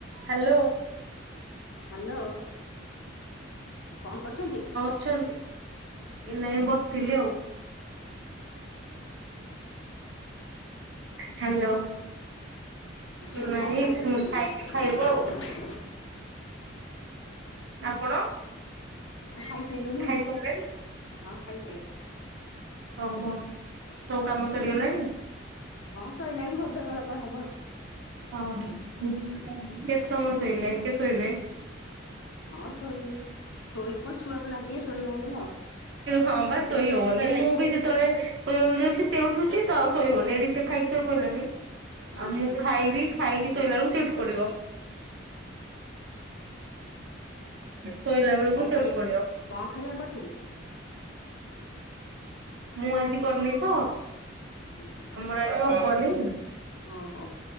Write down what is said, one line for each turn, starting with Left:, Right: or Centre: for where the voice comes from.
Right: Hello.
Left: Hello କଣ କରଛନ୍ତି।
Right: ଅ ଏ ନାଇଁ ବସିଥିଲି ଆଉ। ହ୍ୟାଲୋ।
Left: ଶ
Right: ନାଇଁ
Left: କ ଖାଇଛ ନିକ।
Right: ଖାଇଲୁ ଖାଇବୁ ଆଉ ଆପଣ
Left: ହଁ ଖାଇସାରିଲୁଣି
Right: ଖାଇସାରିଲେଣି?
Left: ନା ହଁ ଖାଇସାରିଲୁ।
Right: ଓହୋ ସବୁ କାମ ସରିଗଲାଣି।
Left: ହଁ ସରିଲଣି ଗୋଧଡୋଳା ପା ହବ।
Right: ଓ ହ କେତେ ସମୟ ଶୋଇଲେ କେ ଶୋଇବେ।
Left: ହଁ ଶୋଇ ଶୋଇବୁ କଣ ଛୁଆ ପ ଲାଗେଇ ଶୋଇ ହଉନି ଆଉ।
Right: ହଁ ବା ଶୋଇ ହବନି ମୁଁ ବି ଯେତେବେଳେ ଶୋଇବାକୁ ଯାଉଛି ସେ ଉଠୁଛି ତ ଆଉ ଶୋଇ ହବନି ଏଠି ସେ ଖାଇକି। ସବ କିଲଣି
Left: ହଁ
Right: ଆଉ ମୁ। ଖାଇକି ଶୋଇଲା ବଳକୁ ସେଠୁ ପଡିବ। ଶୋଇଲା ବେଳକୁ
Left: ଆଉ କଣ
Right: ସେଠି
Left: ଖାଇବା
Right: ପଡିବ।
Left: କଣ ଖାଇବା କରିଥିଲେ?
Right: ମୁଁ ଆଜି କରିନେଇ ତ।
Left: ହୁଁ ହୁଁ।
Right: ଆମର ଏଠ ଅବନି।
Left: ଓହୋ।